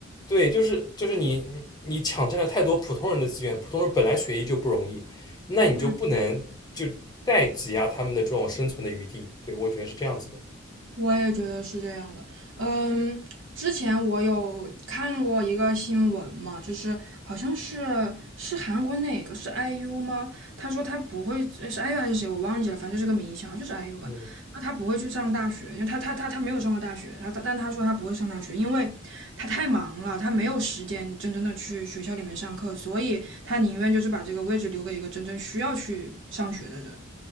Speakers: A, on the left; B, on the right.
A: 对，就是就是你你抢占了太多普通人的资源，普通人本来学医就不容易，那你就不能就再挤压他们的这种生存的余地。
B: 嗯。
A: 对，我觉得是这样子的。
B: 我也觉得是这样的。嗯，之前我有看过一个新闻嘛，就是好像是是韩国哪个是 IU 吗？他说他不会呃是 IU 还是谁，我忘记了，反正就是个明星，好像就是 IU 吧。
A: 嗯。
B: 他他不会去上大学，因为他他他他没有上过大学，他但他说他不会上大学，因为他太忙了，他没有时间真正的去学校里面上课，所以他宁愿就是把这个位置留给一个真正需要去上学的人。